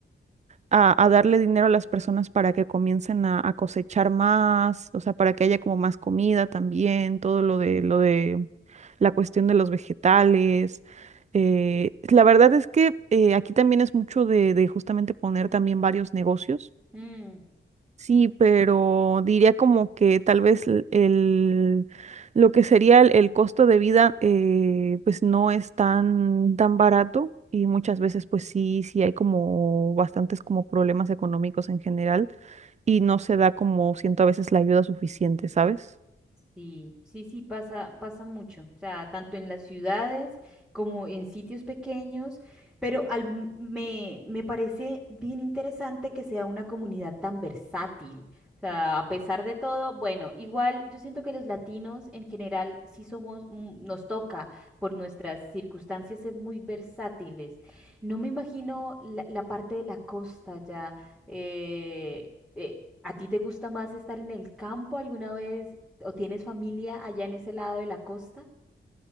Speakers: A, on the right (about 35°); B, in the centre.
A: a, a darle dinero a las personas para que comiencen a, a cosechar más, o sea, para que haya como más comida también, todo
B: ujú,
A: lo de, lo de la cuestión de los vegetales. Eh, la verdad es que eh, aquí también es mucho de, de justamente poner también varios negocios
B: ujú,
A: Sí,
B: mm,
A: pero diría como que tal vez l- el, lo que sería el, el costo de vida eh, pues no es tan, tan barato y muchas veces pues sí, sí hay como bastantes como problemas económicos en general y no se da como siento a veces la ayuda suficiente, ¿sabes?
B: Sí, sí, sí, pasa, pasa mucho, o sea, tanto en las ciudades como en sitios pequeños, pero al, m- me, me parece bien interesante que sea una comunidad tan versátil, o sea, a pesar de todo, bueno, igual yo siento que los latinos en general sí somos, mm, nos toca por nuestras circunstancias ser muy versátiles. No me imagino la, la parte de la costa ya. eh, eh, ¿A ti te gusta más estar en el campo alguna vez? o tienes familia allá en ese lado de la costa.